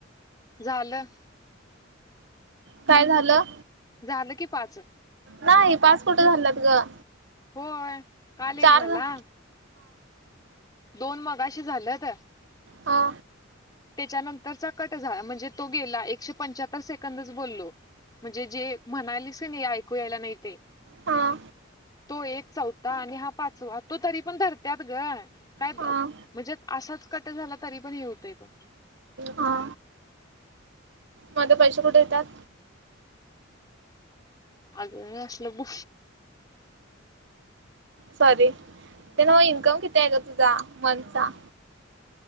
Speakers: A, on the left; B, on the right.
A: झालं
B: काय झालं?
A: झालं की पाच!
B: नाही पाच कुठं झाल्यात गं?
A: होय. काल एक
B: चार
A: झाला
B: झाले.
A: दोन मघाशी झाल्यात
B: हो.
A: त्यांच्या नंतरचा कट झाला म्हणजे तो गेला एकशे पंच्याहत्तर सेकंदच बोललो. म्हणजे जे म्हणालीस नाही ऐकू यायला नाही ते!
B: हा
A: तो एक चौथा आणि हा पाचवा तो तरी पण धरत्यात गं. काय म्हणजे
B: हा
A: असाच कट झाला तरी पण हे होतंय तो.
B: हा! माझं पैसे कुठे येतात?
A: अग असलं बो
B: सॉरी, ते नव्ह इन्कम किती आहे गं तुझा मंथचा?